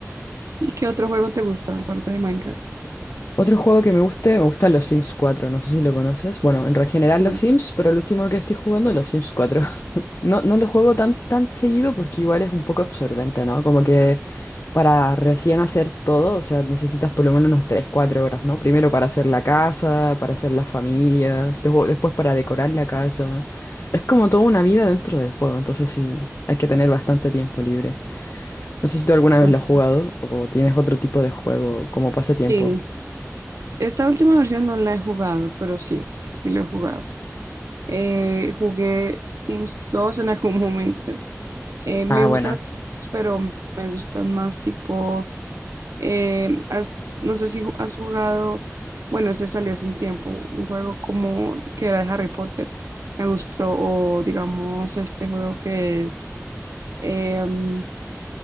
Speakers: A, on the right (about 75°); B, on the left (about 50°).
A: ¿Y qué otro juego te gusta aparte de Minecraft?
B: Otro juego que me guste, me gustan los Sims cuatro no sé si lo conoces. Bueno, en re- general
A: Sí.
B: los Sims, pero el último que estoy jugando es los Sims cuatro <laughs> No, no lo juego tan, tan seguido porque igual es un poco absorbente, ¿no? Como que Para recién hacer todo, o sea, necesitas por lo menos unas tres cuatro horas, ¿no? Primero para hacer la casa, para hacer las familias, dejo- después para decorar la casa. Es como toda una vida dentro del juego, entonces sí, hay que tener bastante tiempo libre. No sé si tú alguna vez
A: Bueno,
B: lo has jugado o tienes otro tipo de juego como pasatiempo.
A: Sí, esta última versión no la he jugado, pero sí, sí, sí la he jugado. Eh, jugué Sims 2 en algún <laughs> momento. Eh, me
B: Ah, bueno.
A: gustan los juegos, pero me gustan más tipo Eh, has- no sé si ju- has jugado, bueno, ese salió hace un tiempo, un juego como que era de Harry Potter, me gustó, o digamos este juego que es em,